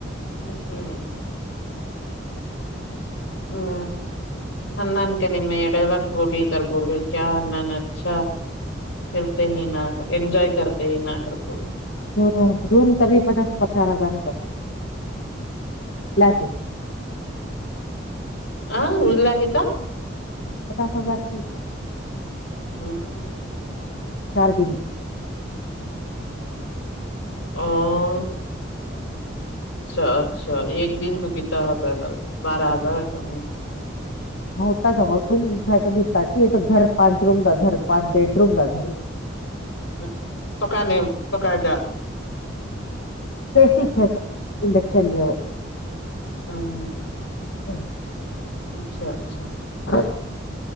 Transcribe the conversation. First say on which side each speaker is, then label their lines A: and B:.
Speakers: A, on the left; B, on the left.
A: ہ ہ <inaudible>
B: ا <inaudible>
A: ہ ہان کے نگ بولی تر بلی کیا ہان اچھا کرلتے ہی نہ کر انجوائے کرتے ہی نہ کرتے
B: ہ روم کب پچاس چار ہزار وا چ <unintelligible>
A: ہ ارلا کتا
B: پچاس ہزار کی
A: ہاں
B: چار دن
A: ہ <inaudible> اچھا اچھا ایک دن کو کتنا ہوتا ہے تھا بارہ ہزار ایسا
B: ہاں ا چاہ گ روم تو یہ تو گھر پانچ روم کا گھر پانچ بیڈ روم کا گھر
A: ہ پکانے پکا جا
B: پسسو انڈکشن ل وہ
A: ہاں ہ
B: ہ
A: اچھا اچھا
B: ہاں